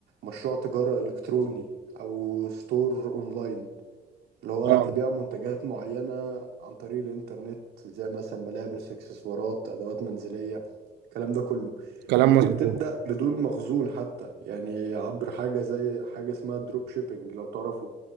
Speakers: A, on the right; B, on the right.
A: مشروع تجاره الكتروني او ستور اونلاين اللي هو
B: اه
A: تبيع منتجات معينة عن طريق الإنترنت زي مثلا ملابس إكسسوارات أدوات منزلية الكلام ده كله
B: كلام
A: ممكن
B: مظبوط
A: تبدأ بدون مخزون حتى يعني عبر حاجة زي حاجة اسمها دروب شيبينج لو تعرفوا